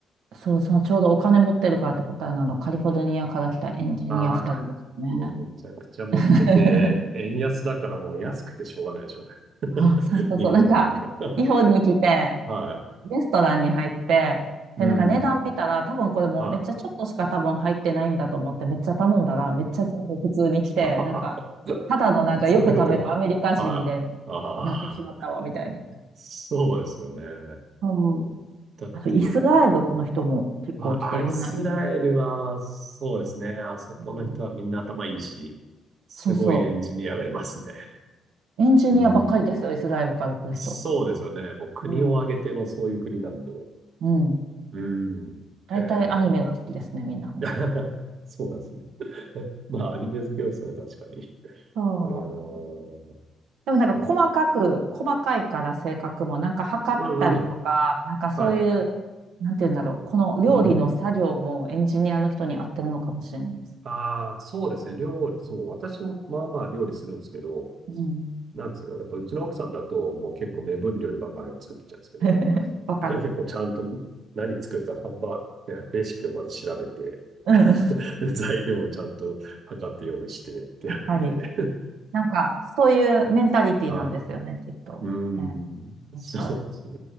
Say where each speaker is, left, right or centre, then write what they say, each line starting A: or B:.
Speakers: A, on the right; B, on the right.
A: そう、そのちょうどお金持ってるからって答えなの、カリフォルニアから来たエンジニア2人ですね。
B: ああー、もうめちゃくちゃ持ってて、
A: <laughs>
B: 円安だからもう安くてしょうがないでしょうね。<laughs>
A: あ、そうそうそう。
B: 日本なんか
A: なんか、日本に来て、
B: <laughs> は
A: レストランに入って、で、
B: い。うん。
A: なんか値段見たら、多分これもうめっちゃちょっとしか多分入ってないんだと思って、
B: は
A: めっちゃ頼んだら、めっちゃ全部普通に来て、
B: い。<laughs>
A: なんか、ただのなんかよく食べるアメリカ人みたいになってしまったわ、
B: そういうことが。はい。ああ、
A: みたいな。
B: そうですよね。
A: そう。
B: だって、
A: あと、イスラエルの人も結構来て、
B: まあ、あ、
A: みんなエンジニアです。
B: イスラエルは、そうですね。あそこの人はみんな頭いいし、
A: うん
B: すごいエンジニアがいますね。
A: そうそう。エンジニアばっかりですよ、
B: うん。
A: イスラエルから来る人。
B: そうですよね。もう国を挙げてのそういう国なんで。
A: うん。うん。
B: うん。
A: 大体アニメが好きですね、
B: へえ。
A: みんなほんで。
B: <laughs> そうなんですね。<laughs> まあ、アニメ好きをしたら確かに。
A: そう。
B: うーん。
A: でもなんか細かく、
B: そう
A: 細かいから性格も、なんか測ったりとか、
B: うんうん。
A: なんかそういう、
B: はい。
A: なんて言うんだろう、この料理の作業もエンジニアの人に合ってるのかもしれないです。
B: うん。ああ、そうですね。料理、そう。私もまあまあ料理するんですけど、
A: うん。
B: なんですか、やっぱうちの奥さんだと、もう結構目分量でバンバン作ってきちゃうんですけど、
A: <laughs> わかる。
B: それ結構ちゃんと何作るか、ハンバーグ、ねレシピをまず調べて、
A: うん。や
B: <laughs> で材料をちゃんと測って用意してってやるんで。
A: っぱり、なんかそういうメンタリティなんですよね、
B: <laughs> あ、
A: きっと。
B: うーん、
A: え面白い。
B: そうですね。